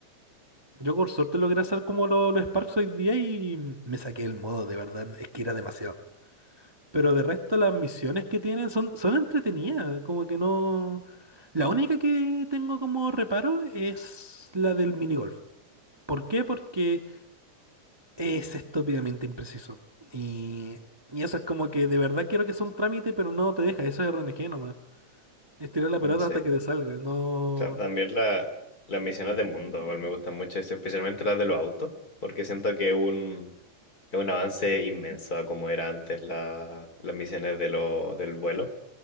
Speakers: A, on the right; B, on the left.
A: Yo por suerte logré hacer como lo- los Sparks hoy día y me saqué el modo, de verdad, es que era demasiado. Pero de resto las misiones que tienen son, son entretenidas, como que no... La única que tengo como reparo es la del minigolf. ¿Por qué? Porque es estúpidamente impreciso. Y, y eso es como que de verdad quiero que sea un trámite, pero no te deja. Eso es RNG nomás. Estirar la pelota
B: Sí.
A: hasta que te salga. No.
B: Ta- También la- las misiones de mundo, igual me gustan mucho, eso, especialmente las de los autos, porque siento que es un, es un avance inmenso a como era antes la- las misiones de lo, del vuelo,